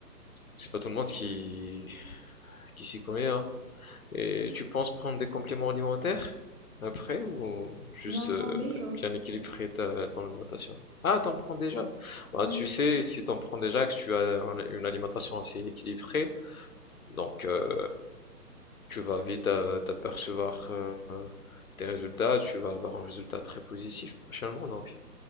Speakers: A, on the left; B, on the right.
A: C'est pas tout le monde qui, qui s'y connaît, hein. Et tu penses prendre des compléments alimentaires après ou juste
B: J'en prends
A: euh,
B: déjà,
A: bien équilibrer ta, ton alimentation? Ah, t'en prends déjà. Bah,
B: Oui,
A: tu sais, si t'en prends déjà, que tu as un- une alimentation assez équilibrée, donc euh, tu vas vite euh, t'apercevoir euh, tes résultats, tu vas avoir un résultat très positif prochainement. Donc,